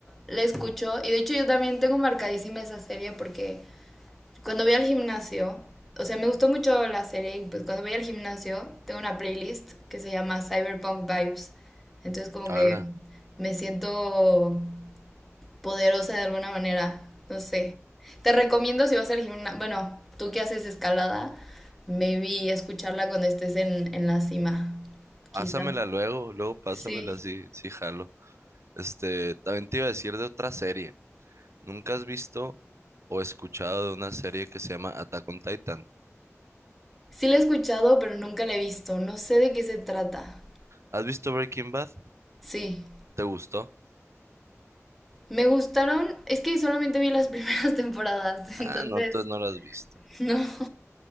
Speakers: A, in the centre; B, on the right.
A: la escucho. Y de hecho yo también tengo marcadísima esa serie porque cuando voy al gimnasio, o sea, me gustó mucho la serie. Y pues cuando voy al gimnasio, tengo una playlist que se llama Cyberpunk Vibes. Entonces como
B: Hala,
A: que me siento poderosa de alguna manera. No sé. Te recomiendo si vas al gimnasio, bueno, tú que haces escalada, maybe escucharla cuando estés en, en la cima.
B: pásamela
A: Quizás.
B: luego, luego pásamela
A: Sí.
B: sí, sí jalo. Este, también te iba a decir de otra serie. ¿Nunca has visto o escuchado de una serie que se llama Attack on Titan?
A: Sí la he escuchado, pero nunca la he visto. No sé de qué se trata.
B: ¿Has visto Breaking Bad?
A: Sí.
B: ¿Te gustó?
A: Me gustaron, es que solamente vi las primeras <laughs> temporadas,
B: Ah,
A: entonces,
B: no, entonces no la has visto.
A: no.